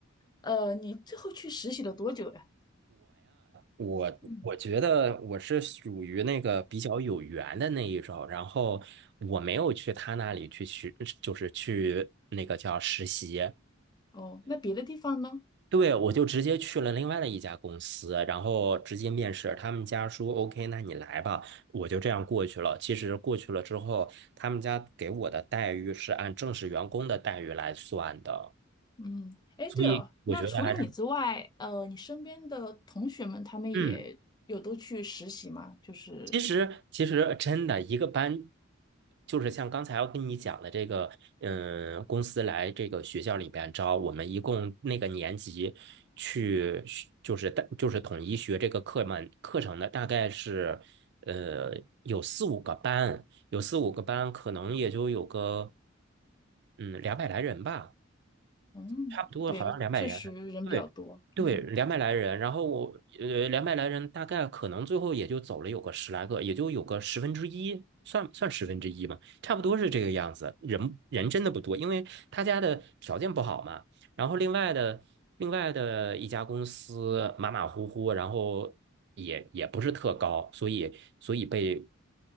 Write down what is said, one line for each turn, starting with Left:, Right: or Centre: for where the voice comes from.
Left: 呃，你最后去实习了多久呀？
Right: 我我觉得我是属于那个比较有缘的那一种，
Left: 嗯。
Right: 然后我没有去他那里去学，就是去那个叫实习，
Left: 哦，那别的地方呢？
Right: 对，我就直接去了另外的一家公司，然后直接面试，他们家说 OK，那你来吧，我就这样过去了。其实过去了之后，他们家给我的待遇是按正式员工的待遇来算的，
Left: 嗯，哎，
Right: 所以我觉得还是
Left: 对哦，那除了你之外，呃，你身边的同学们，他们也有都去实习吗？
Right: 嗯。
Left: 就是，
Right: 其实，其实真的一个班，就是像刚才我跟你讲的这个，嗯，公司来这个学校里边招我们，一共那个年级去学就是大就是统一学这个课们课程的，大概是呃有四五个班，有四五个班，可能也就有个嗯两百来人吧。
Left: 嗯，
Right: 差不多好像两百来人，
Left: 对，确实人比较多。
Right: 对对，
Left: 嗯，
Right: 两百来人。然后我呃，两百来人大概可能最后也就走了有个十来个，也就有个十分之一，算算十分之一嘛，差不多是这个样子。人人真的不多，因为他家的条件不好嘛。然后另外的另外的一家公司马马虎虎，然后也也不是特高，所以所以被